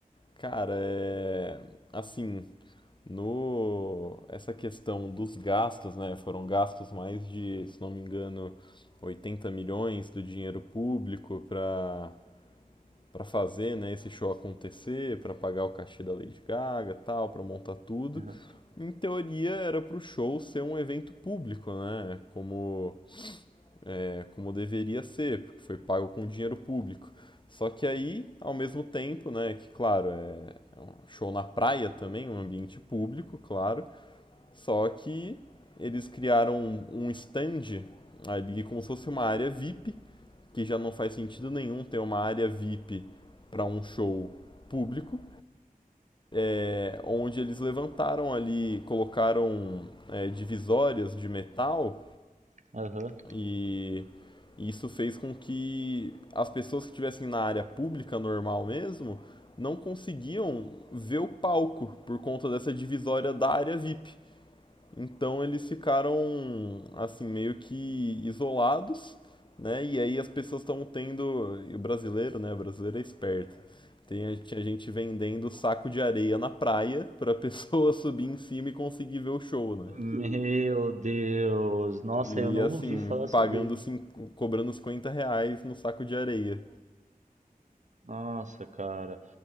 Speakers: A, on the left (about 35°); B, on the right (about 55°).
A: Cara, é assim, no essa questão dos gastos, né? Foram gastos mais de, se não me engano, 80 milhões do dinheiro público para para fazer, né, esse show acontecer, para pagar o cachê da Lady Gaga, tal, para montar tudo.
B: Aham.
A: Em teoria era para o show ser um evento público, né? Como né, como deveria ser, porque foi pago com dinheiro público. Só que aí, ao mesmo tempo, né, que claro, é é um show na praia também, um ambiente público, claro, só que eles criaram um, um stand ali como se fosse uma área VIP, que já não faz sentido nenhum ter uma área VIP para um show público, é, onde eles levantaram ali, colocaram é, divisórias de metal
B: Aham.
A: E isso fez com que as pessoas que estivessem na área pública normal mesmo não conseguiam ver o palco por conta dessa divisória da área VIP. Então eles ficaram assim meio que isolados, né? E aí as pessoas estão tendo, e o brasileiro, né? O brasileiro é esperto. Tem tinha gente vendendo saco de areia na praia para a pessoa <laughs> subir em cima e conseguir ver o show, né?
B: Meu Deus, nossa,
A: E
B: eu não
A: assim,
B: ouvi falar sobre
A: pagando, cinco, cobrando uns 50 reais no saco de areia.
B: Nossa, cara.